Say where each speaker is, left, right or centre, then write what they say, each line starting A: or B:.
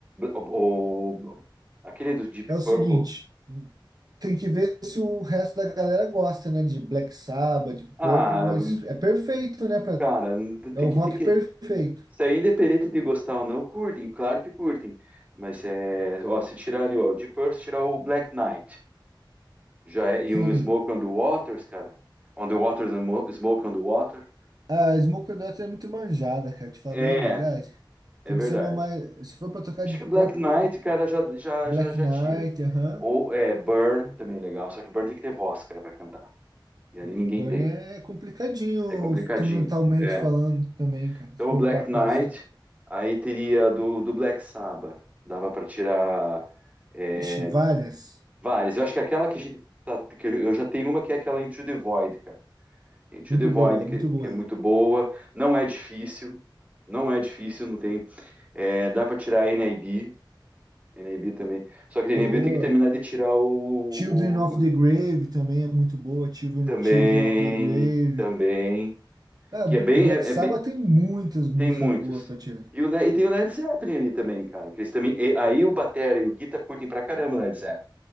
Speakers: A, on the right; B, on the right.
A: o, o- aquele do Deep
B: É o seguinte.
A: Purple.
B: Tem que ver se o resto da galera gosta, né? De Black Sabbath, de Purple,
A: Ah,
B: mas é perfeito, né? pra-
A: cara,
B: é
A: tem
B: o
A: que
B: rock
A: ter que
B: perfeito.
A: Isso aí, independente de gostar ou não, curtem, claro que curtem. Mas é, ó, se tirar ali, ó, o Deep Purple, se tirar o Black Knight, já é- e
B: Sim.
A: um Smoke on the Waters, cara. On the Waters, and Mo- Smoke on the Water.
B: A Smoke on the Water é muito manjada, cara. Te falar
A: É,
B: bem a verdade.
A: é
B: Tem
A: verdade.
B: que ser uma mais. Se for pra tocar
A: Acho
B: Deep
A: que Black
B: Purple,
A: Knight, cara, já, já,
B: Black
A: já, já
B: Knight,
A: tira.
B: aham.
A: Ou é, Burn também é legal, só que Burn tem que ter voz, cara, pra cantar. E ali
B: E
A: ninguém
B: Burn
A: tem.
B: é complicadinho,
A: É complicadinho.
B: instrumentalmente
A: É.
B: falando também, cara.
A: Então
B: Se for
A: o Black
B: pra pensar.
A: Knight, aí teria do, do Black Sabbath. Dava pra tirar. é,
B: Ixi, várias.
A: Várias. Eu acho que aquela que, a gente tá- que eu já tenho uma que é aquela Into the Void, cara. Into
B: Muito
A: the Void,
B: boa,
A: que,
B: muito boa.
A: que é muito boa, não é difícil, não é difícil, não tem. é, dá para tirar NIB, NIB também. Só que NIB
B: Boa.
A: tem que terminar de tirar o, o-
B: Children of the
A: o-
B: Grave também é muito boa. Children,
A: também,
B: Children of the Grave.
A: também.
B: Cara,
A: Que é bem,
B: o Black
A: é,
B: Sabbath
A: é bem,
B: tem muitas músicas
A: tem muitos.
B: boas para tirar.
A: E, o Le- e tem o Led Zeppelin ali também, cara. Que eles também, e- aí o batera e o guitar curtem pra caramba o Led Zeppelin.